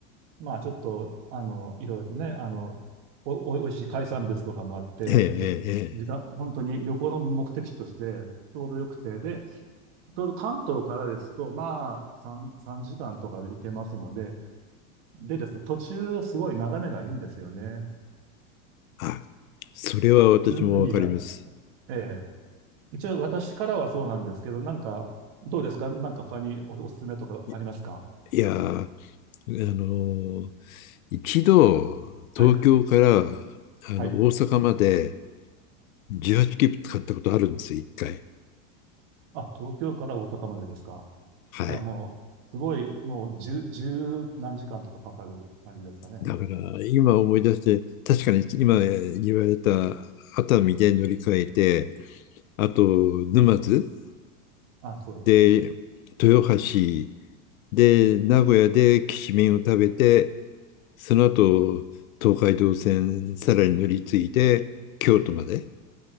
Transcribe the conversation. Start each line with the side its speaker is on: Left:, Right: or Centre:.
Right: まあ、ちょっと、あの、いろいろとね、あの、お、お、おいしい海産物とかもあって、
Left: ええええええええ。
Right: ちょっと時間、本当に旅行の目的地としてちょうどよくて、で、ちょうど関東からですと、まあ、3、3時間とかで行けますので、でですね、途中、すごい眺めがいいんですよね。
Left: あ、それは私もわかります。
Right: う、海が。ええ。一応、私からはそうなんですけど、なんか、どうですかなんか他にお、おすすめとかありますか
Left: いいやー、あのー一度東京から
Right: はい。
Left: あの大阪まで
Right: はい。
Left: 18切符使ったことあるんですよ、一回。
Right: あ、東京から大阪までですか。
Left: はい。
Right: じゃあもう、すごい、もう、十、十何時間とかかかる感じですかね。
Left: だから、今思い出して、確かに今言われた熱海で乗り換えて、あと沼津
Right: あ、そうですね。
Left: で豊橋で名古屋できしめんを食べて、その後東海道線さらに乗り継いで京都まで、